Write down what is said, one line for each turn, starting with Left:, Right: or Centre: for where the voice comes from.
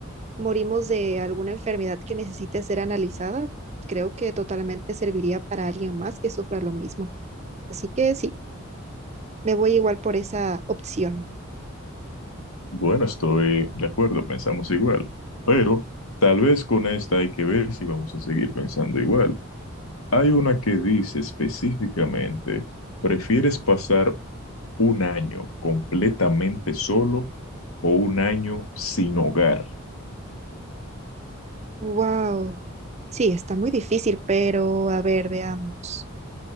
Right: morimos de alguna enfermedad que necesite ser analizada, creo que totalmente serviría para alguien más que sufra lo mismo. Así que sí, me voy igual por esa opción.
Left: Bueno, estoy de acuerdo, pensamos igual, pero tal vez con esta hay que ver si vamos a seguir pensando igual. Hay una que dice específicamente, ¿prefieres pasar un año completamente solo o un año sin hogar?
Right: Wow. Sí, está muy difícil, pero a ver, veamos.